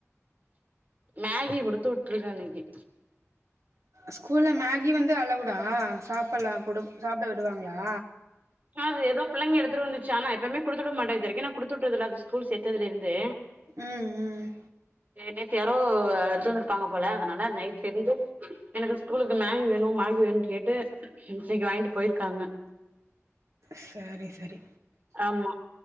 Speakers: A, on the right; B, on the right.
A: மேகி குடுத்து விட்டுருக்கே இன்னக்கி
B: ஸ்கூல்ல மேகி வந்து அளவுடா சாப்ட்லா கொடு சாப்ட விடுவாங்களா
A: அது எதோ பிள்ளைங்க எடுத்துட்டு வந்துச்சி ஆ நா எப்பயுமே குடுத்துட மாட்டே இது வரைக்கு நா குடுத்துட்டதுல்ல அது ஸ்கூல் சேத்ததுல இருந்தே
B: ம் ம்
A: நேத்து யாரோ எடுத்து வந்துருப்பாங்க போல அதனால நைட்ல இருந்து எனக்கு ஸ்கூலுக்கு மேகி வேணு மேகி வேணுன்னு கேட்டு இன்னக்கி வாங்கிட்டு போயிருக்காங்க
B: சரி சரி
A: ஆமா